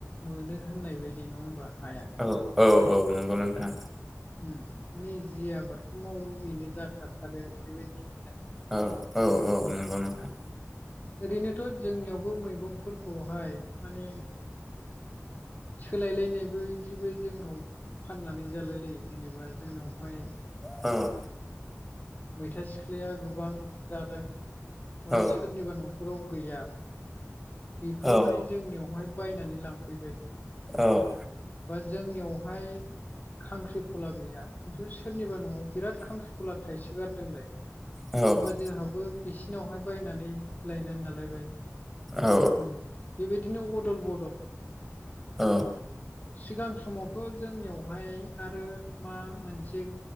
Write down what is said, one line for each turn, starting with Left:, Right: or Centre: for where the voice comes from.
Left: मोनो होननाय बायदि नङा होमबा हाया।
Centre: औ औ औ नंगौ नोंथां
Left: उम माने जि आबादखौ मावो बेनो जाखाथारो बेबायदि
Centre: औ औ औ नंगौ नोंथां
Left: ओरैनोथ' जोंनियावबो मैगंफोरखौहाय माने सोलायलायनायबो बिदिबो जोंनाव फाननानै जालाय लायो जेनेबा जोंनावहाय
Centre: औ
Left: मैथा सिख्लाया गोबां जादों बा
Centre: औ
Left: सोरनिबा न'खराव गैया बेफोर
Centre: औ
Left: माने जोंनियावहाय बायनानै लांफैबाय
Centre: औ
Left: बा जोंनियावहाय खांख्रिखला गैया खिन्थु सोरनिबा न'आव बिराद खांख्रिखला थाइसोगारदोंलाय होमबा
Centre: औ
Left: जोंहाबो बिसिनावहाय बायनानै लायनानै लाालायबाय
Centre: औ
Left: उम बेबायदिनो अदल बदल
Centre: औ
Left: सिगां समावथ' जोंनियावहाय आरो मा मोनसे